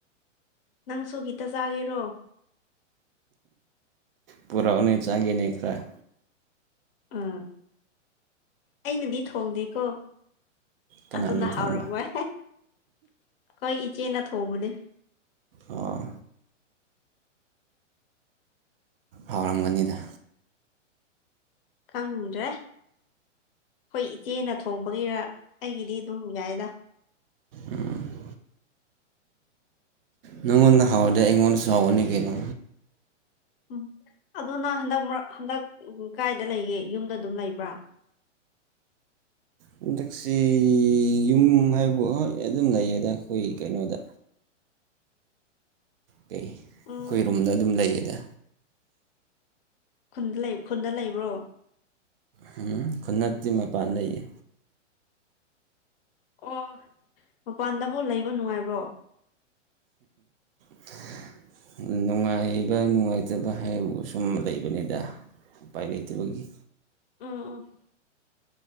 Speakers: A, on the left (about 50°); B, on the right (about 50°).
A: ꯅꯪꯁꯨ ꯒꯤꯇ ꯆꯥꯒꯦꯔꯣ
B: ꯄꯨꯔꯛꯎꯅꯦ ꯆꯥꯒꯦꯅꯦ ꯈꯔ
A: ꯎꯝ ꯑꯩꯅꯗꯤ ꯊꯣꯡꯗꯦꯀꯣ
B: ꯀꯅꯥꯅ
A: ꯑꯗꯨꯅ ꯍꯥꯎꯔꯝꯃꯣꯏ
B: ꯊꯣꯡꯕ
A: ꯑꯈꯣꯏ ꯏꯆꯦꯅ ꯊꯣꯡꯕꯅꯦ
B: ꯑꯣ ꯍꯥꯎꯔꯝꯒꯅꯤꯗ
A: ꯈꯪꯗ꯭ꯔꯦ ꯑꯈꯣꯏ ꯏꯆꯦꯅ ꯊꯣꯡꯕꯒꯤꯔꯥ ꯑꯩꯒꯤꯗꯤ ꯑꯗꯨꯝ ꯌꯥꯏꯗ
B: ꯎꯝ ꯅꯪꯉꯣꯟꯗ ꯍꯥꯎꯔꯗꯤ ꯑꯩꯉꯣꯟꯗꯁꯨ ꯍꯥꯎꯒꯅꯤ ꯀꯩꯅꯣ
A: ꯎꯝ ꯑꯗꯨ ꯅꯪ ꯍꯟꯗꯛ ꯃꯔꯛ ꯍꯟꯗꯛ ꯀꯥꯏꯗ ꯂꯩꯒꯦ ꯌꯨꯝꯗ ꯑꯗꯨꯝ ꯂꯩꯕ꯭ꯔꯥ
B: ꯍꯟꯗꯛꯁꯤ ꯌꯨꯝ ꯍꯥꯏꯕꯨ ꯍꯣꯏ ꯑꯗꯨꯝ ꯂꯩꯌꯦꯗ ꯑꯩꯈꯣꯏꯒꯤ ꯀꯩꯅꯣꯗ ꯀꯩ
A: ꯎꯝ
B: ꯑꯈꯣꯏ ꯔꯨꯝꯗ ꯑꯗꯨꯝ ꯂꯩꯌꯦꯗ
A: ꯈꯨꯟꯗ ꯂꯩ ꯈꯨꯟꯗ ꯂꯩꯕ꯭ꯔꯣ
B: ꯍꯝ ꯈꯨꯟ ꯅꯠꯇꯤ ꯃꯄꯥꯟ ꯂꯩꯌꯦ
A: ꯑꯣ ꯃꯄꯥꯟꯗꯕꯨ ꯂꯩꯕ ꯅꯨꯡꯉꯥꯏꯕ꯭ꯔꯣ
B: <unintelligible> ꯅꯨꯡꯉꯥꯏꯕ ꯅꯨꯡꯉꯥꯏꯇꯕ ꯍꯥꯏꯕꯕꯨ ꯁꯨꯝ ꯂꯩꯕꯅꯤꯗꯥ ꯎꯄꯥꯏ ꯂꯩꯇꯕꯒꯤ
A: ꯎꯝ ꯎꯝ